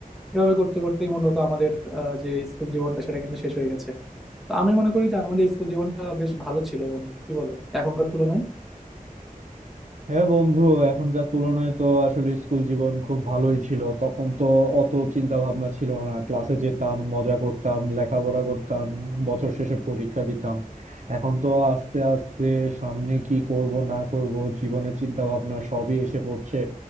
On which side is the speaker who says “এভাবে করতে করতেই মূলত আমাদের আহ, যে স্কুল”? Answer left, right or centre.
Centre